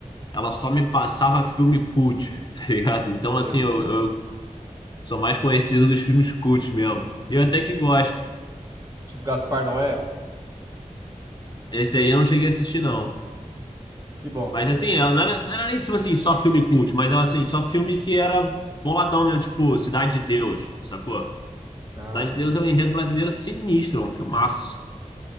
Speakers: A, on the left; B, on the right.
A: ela só me passava filme cult, <laughs> tá ligado? Então,
B: Meu
A: assim,
B: Deus.
A: eu, eu sou mais conhecido dos filmes cult mesmo. E eu até que gosto.
B: Tipo Gaspar Noé?
A: Esse aí eu não cheguei a assistir, não.
B: Que bom,
A: Mas,
B: cara.
A: assim, ela não era, não era nem tipo assim, só filme cult, mas ela, assim, só filme que era boladão mesmo, tipo Cidade de Deus, sacou?
B: Ah,
A: Cidade
B: entendi.
A: de Deus é um enredo brasileiro sinistro, é um filmaço,